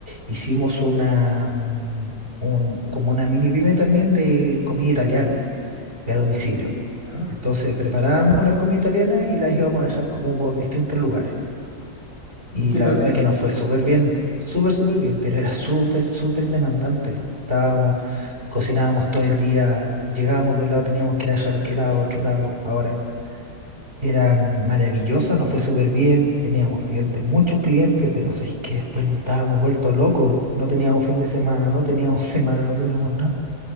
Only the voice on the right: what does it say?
hicimos una, mm, un, como una mini pyme también de comida italiana, de a domicilio.
Entonces preparábamos las comidas italianas y las íbamos a dejar como por distintos lugares. Y
la
verdad que nos fue súper bien, súper, súper bien, pero era súper, súper demandante. Estábamos cocinábamos todo el día, llegábamos de un lado, teníamos que ir a dejar a otro lado, a otro lado. Ahora, eran maravillosas, nos fue súper bien, teníamos clientes, muchos clientes, pero es que después nos estábamos vueltos locos, no teníamos fin de semana, no teníamos <laughs> semana, no teníamos nada.